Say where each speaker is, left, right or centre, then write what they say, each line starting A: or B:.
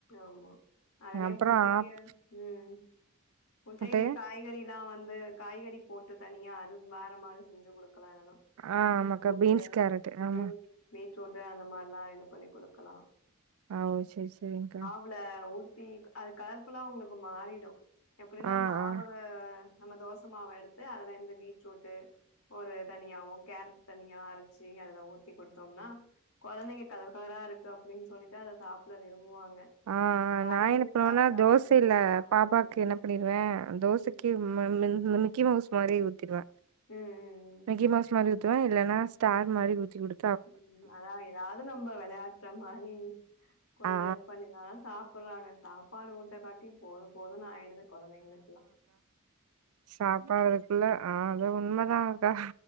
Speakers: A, on the left (about 80°); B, on the right (about 80°).
A: ஆமா அதுலே
B: அப்றோ
A: முட்டைய
B: ஆப்
A: ம் முட்டைலே
B: முட்டைய
A: காய்கறிலா வந்து காய்கறி போட்டு தனியா அது வேற மாரி செஞ்சு குடு க்கு வேணுனா
B: ஆ
A: பீட்ரூட்டு
B: ஆமாக்கா பீன்ஸ் கேரட் ஆமா
A: ம் பீட்ரூட்டு அந்த மார்லா இது பண்ணி குடுக்குலா
B: அ ஒ செரி செரிங்க்கா
A: வுல ஊத்தி அது கலர்ஃபுல்லா உங்ளுக்கு மாறிடு எப்புடினா
B: ஆ ஆ
A: மாவு நம்ம தோசமாவ எடுத்து அதுல இருந்து பீட்ரூட்டு ஒரு தனியாவும கேரட் தனியா அர ச்சு அதுல ஊத்தி குடு த்தோனா கொழந்தைங்க கலர் கலரா இருக்கு அப்டின் சொல்லிட்டு அத சாப்ட விரும்புவாங்க
B: ஆ ஆ
A: காய்கறி
B: நான் என்ன பண்ணுவனா
A: சாப்பிடாத
B: தோசேல
A: பிள்ளைங்க அத சாப்பிடுங்க
B: பாப்பாக்கு என்ன
A: ம்
B: பண்ணிருவே தோசைக்கு
A: ம்
B: ம மின் ம் மிக்கி மவுஸ் மாரி ஊத்திருவ
A: ம் ம்
B: மிக்கி மவ்ஸ் மாரி ஊத்துவ இல்லனா ஸ்டார் மாரி ஊத்தி குடு
A: ம் அதா எதாது நம்ம வெளாட்ற மாரி கொஞ்சோ
B: ஆ
A: இது பண்ணினாதா சாப் புறாங்க சாப்பாடு ஊட்ட காட்டி போது போதுன் ஆய்டுது கொழந்தைங்ளுக்குலா
B: சாப்பறதுக்குள்ள ஆ அது உண்மதான்கா